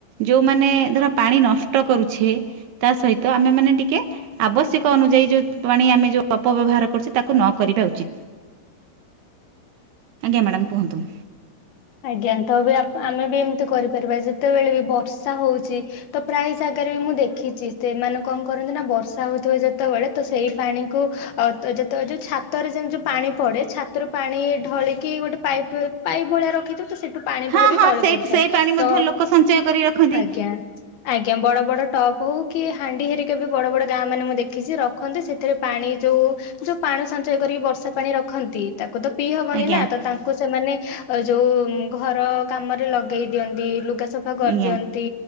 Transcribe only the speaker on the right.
ଯୋଉମାନେ ଧର ପାଣି ନଷ୍ଟ କରୁଛେ। ତା ସହିତ ଆମେ ମାନେ ଟିକେ ଆବଶ୍ୟକ ଅନୁଯାୟୀ ଯୋଉ ପାଣି ଆମେ ଯୋଉ ଅପବ୍ୟବହାର କରୁଛେ ତାକୁ ନ କରିବା ଉଚିତ୍। ଆଜ୍ଞା ମାଡ଼ାମ୍ କୁହନ୍ତୁ।
ହଁ
ହଁ
ସେଇ
ସେଇ ପାଣି ମଧ୍ୟ
ଲୋକ ସଞ୍ଚୟ କରି ରଖନ୍ତି
ଆଜ୍ଞା
ଆଜ୍ଞା